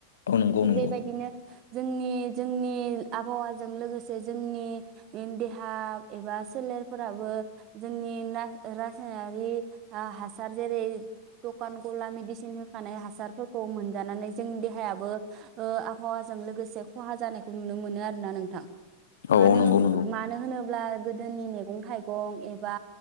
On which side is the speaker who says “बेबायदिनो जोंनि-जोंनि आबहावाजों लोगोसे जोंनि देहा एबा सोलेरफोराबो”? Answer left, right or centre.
Right